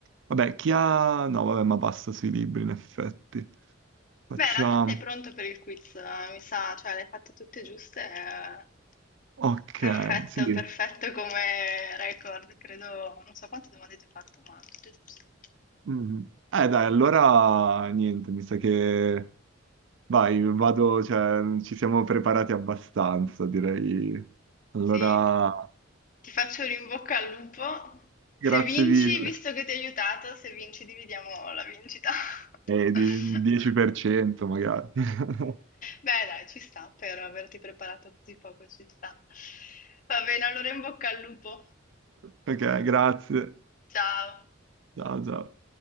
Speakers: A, on the right; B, on the left.
A: Vabbè, chi ha... No, vabbè, ma basta sui libri, in effetti. Facciamo...
B: Beh, in realtà sei pronto per il quiz, eh, mi sa, cioè le hai fatte tutte giuste. eh,
A: Ok,
B: Perfetto,
A: sì.
B: perfetto come record, credo, non so quante domande ti ho fatto, ma tutte giuste.
A: Mhm. Eh dai, allora niente, mi sa che... Vai, vado, cioè, ci siamo preparati abbastanza, direi. Allora,
B: Sì, ti ti faccio un in bocca al lupo. Se
A: grazie
B: vinci,
A: mille.
B: visto che ti ho aiutato, se vinci dividiamo la vincita.
A: Eh, di-
B: <laughs>
A: 10% magari. <laughs>
B: Beh, dai, ci sta, per averti preparato così poco ci sta. Va bene, allora in bocca al lupo.
A: Ok, grazie.
B: Ciao.
A: Ciao, ciao.